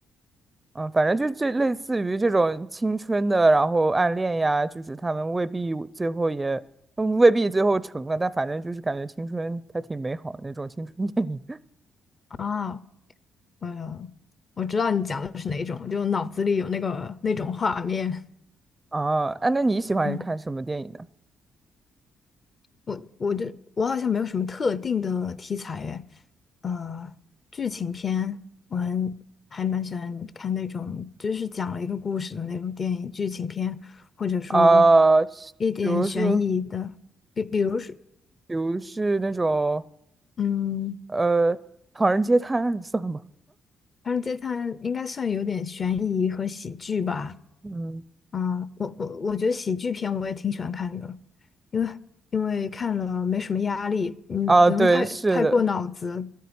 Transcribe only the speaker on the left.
啊？我有，我知道你讲的是哪一种，就脑子里有那个那种画面。
嗯，我我就我好像没有什么特定的题材诶，呃，剧情片我很还蛮喜欢看那种，就是讲了一个故事的那种电影剧情片，或者说
一点悬疑的，
比比如说。
嗯，
《唐人街探案》应该算有点悬疑和喜剧吧，
啊，我我我觉得喜剧片我也挺喜欢看的，因为因为看了没什么压力，嗯，
不用太太过脑子，